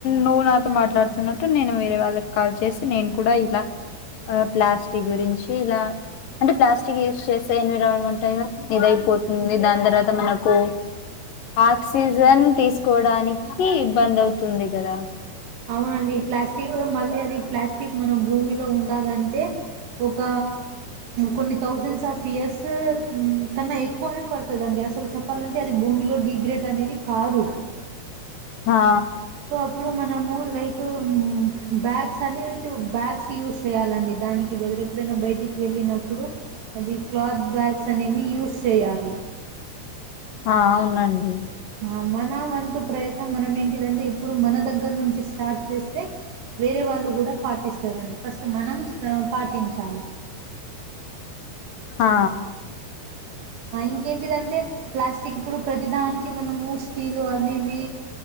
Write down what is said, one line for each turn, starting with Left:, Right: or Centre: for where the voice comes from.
Left: నువ్వు నాతో మాట్లాడుతున్నట్టు నేను వేరే వాళ్ళకి కాల్ చేసి నేను కూడా ఇలా ఆ ప్లాస్టిక్ గురించి ఇలా అంటే ప్లాస్టిక్ యూస్ చేసి ఎన్విరాల్మెంట్ ట్ ఇదయిపోతుంది. దాని తర్వాత మనకు ఆక్సిజన్ తీస్ కోవడానికి ఇబ్బంది అవుతుంది. గాదా
Right: అవునండి ప్లాస్ చీపురు మళ్ళీ అది ప్లాస్టిక్ మనం భూమిలో ఉండాలంటే ఒక కొన్ని థౌజండ్స్ ఆఫ్ ఇయర్స్ కన్నా ఎక్కువనే పడుతుందిండి అసలు చెప్పాలంటే అది భూమిలో డిగ్రేట్ అనేది కాదు
Left: హా
Right: సో అప్పుడు మనము లైక్ బ్యాగ్స్ అనేది బ్యాగ్స్ యూస్ చేయాలండి దానికి వదిలే ఎప్పుడైనా బయటికి వెళ్ళినప్పుడు అది క్లాత్ బ్యాగ్స్ అనేవి యూజ్ చేయాలి
Left: ఆ అవునండి ఉమ్
Right: ఆ, మన వంతు ప్రయత్నం మనం ఏంటిదంటే ఇప్పుడు మన దగ్గర నుంచి స్టార్ట్ చేస్తే వేరే వాళ్ళు కూడా పాటిస్తారండి ఫస్ట్ మనం పాటించాలి
Left: ఆ
Right: ఇంకేంటిదంటే ప్లాస్టిక్ ఇప్పుడు ప్రతిదానికి మనము స్టీలు అవి ఇవి